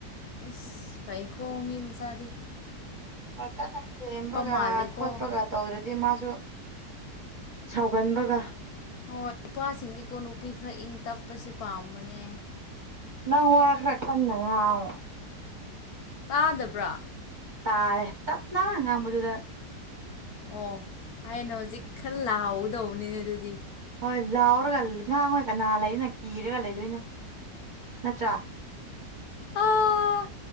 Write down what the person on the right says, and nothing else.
ꯃꯥ ꯀꯟꯅ ꯊꯦꯝꯕꯒ
ꯈꯣꯠꯄꯒ ꯇꯧꯗ꯭ꯔꯗꯤ ꯃꯥꯁꯨ ꯁꯥꯎꯒꯟꯕꯒ
ꯅꯪ ꯋꯥ ꯈ꯭ꯔ ꯀꯥꯟꯅ ꯉꯥꯡꯉꯣ ꯑꯥꯎ
ꯇꯥꯔꯦ ꯇꯞꯅ ꯉꯥꯡꯕꯗꯨꯗ
ꯍꯣꯏ ꯂꯥꯎꯔꯒ ꯉꯥꯡꯉꯣꯏ ꯀꯅꯥ ꯂꯩꯗꯅ ꯀꯤꯔꯒ ꯂꯩꯗꯣꯏꯅꯣ ꯅꯠꯇ꯭ꯔꯥ